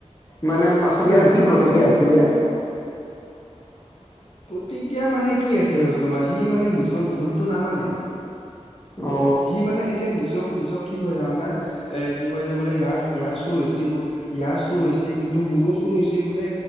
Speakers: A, on the left; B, on the left.
A: মানে পাছত
B: হয়
A: ইয়াৰ
B: নে নহয়
A: কি
B: তোমাৰ
A: প্ৰতিক্ৰিয়া
B: তুমি
A: আছিল ইয়াৰ? <inaudible>
B: প্ৰতিক্ৰিয়া মানে কি আছিল আৰু তোমাৰ সি মানে নিজৰ ভুলটো নামানে।
A: অ
B: সি মানে এতিয়া নিজক নিজক কি কয় জানানে এ কি কৈ যে বোলে ইয়াৰ ইয়াৰ চুৰ হৈছে বোৰ ইয়াৰ চুৰ হৈছে কিন্তু মোৰো চুৰ হৈছে বোলে,